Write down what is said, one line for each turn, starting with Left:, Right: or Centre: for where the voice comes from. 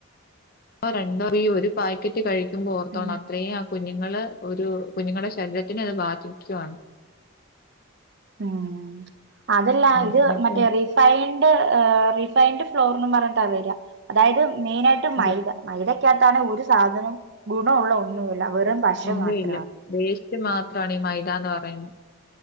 Left: ഒന്നോ രണ്ടോ ഈ ഒരു പാക്കറ്റ് കഴിക്കുമ്പോ ഓർത്തോണം
Right: ഉം
Left: അത്രയും കുഞ്ഞുങ്ങള് ഒരു കുഞ്ഞുങ്ങളുടെ ശരീരത്തിനത് ബാധിക്കുവാണ്
Right: ഉം അതല്ല
Left: ആ, അങ്ങനെയൊക്കെയാണ്
Right: ഇത് മറ്റേ റീ റിഫൈൻഡ് റിഫൈൻഡ് ഫ്ലോർന്ന് പറഞ്ഞിട്ട വരിയ അതായത് മെയിനായിട്ട്
Left: അതെ
Right: മൈദ മൈദയ്ക്കകത്താണ് ഒരു സാധനം ഗുണമുള്ള ഒന്നുല്ല വെറും പശ
Left: ഒന്നും
Right: മാത്രാ
Left: ഇല്ല വേസ്റ്റ് മാത്രമാണ് ഈ മൈതാന്ന് പറയുന്നത്